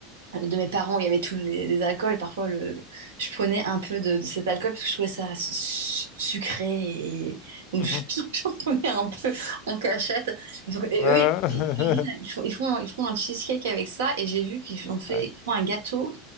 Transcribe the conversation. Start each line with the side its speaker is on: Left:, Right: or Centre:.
Right: de mes parents, où il y avait tous les, les alcools. Et parfois, le, le- je prenais un peu de, de cet alcool parce que je trouvais ça su- su- sucré. Et... Donc
Left: Mmh
Right: je- <laughs> j'en prenais un peu en cachette. Donc, et
Left: Voilà.
Right: eux, ils, ils,
Left: <laughs>
Right: ils font, ils font, ils font un cheesecake avec ça. Et j'ai vu qu'ils ont fait,
Left: Ouais.
Right: ils font un gâteau